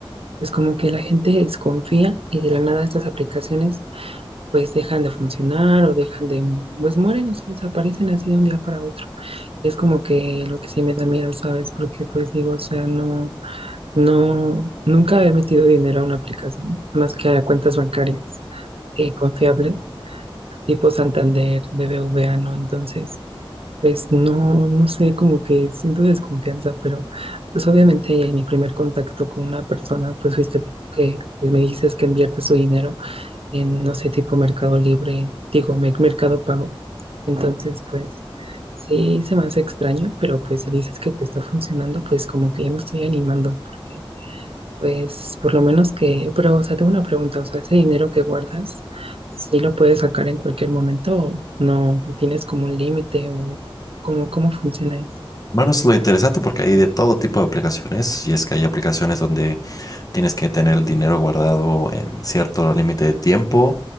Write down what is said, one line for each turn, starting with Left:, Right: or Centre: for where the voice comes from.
Right: pues como que la gente desconfía y de la nada estas aplicaciones pues dejan de funcionar o dejan de, pues mueren, o sea, desaparecen así de un día para otro. Es como que lo que sí me da miedo, ¿sabes? Porque pues digo, o sea, no, no, nunca he metido dinero a una aplicación, más que a cuentas bancarias eh, confiables, tipo Santander, BBVA, ¿no? Entonces, pues no, no sé, como que siento desconfianza, pero pues obviamente en mi primer contacto con una persona, pues fuiste tú que pues me dices que inviertes su dinero en, no sé, tipo Mercado Libre, digo, Mer- Mercado Pago. Entonces, pues sí, se me hace extraño, pero pues si dices que te está funcionando, pues como que ya me estoy animando, porque pues por lo menos que, pero o sea, tengo una pregunta, o sea, ese dinero que guardas, ¿sí lo puedes sacar en cualquier momento o no, ¿No tienes como un límite o cómo, cómo funciona eso?
Left: Bueno, es lo interesante porque hay de todo tipo de aplicaciones y es que hay aplicaciones donde tienes que tener el dinero guardado en cierto límite de tiempo